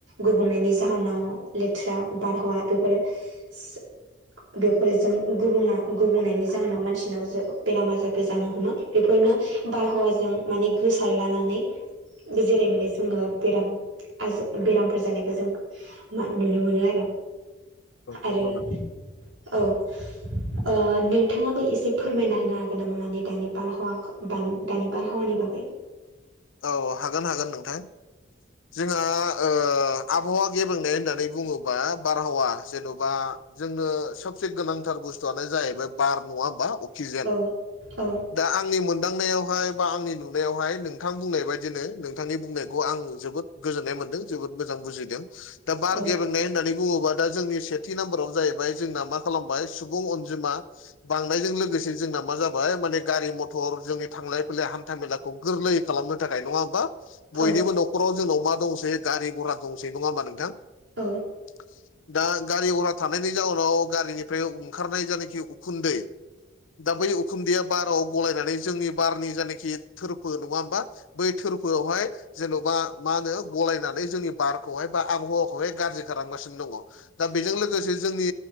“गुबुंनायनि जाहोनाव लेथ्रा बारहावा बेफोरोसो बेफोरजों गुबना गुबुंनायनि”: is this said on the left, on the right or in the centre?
Right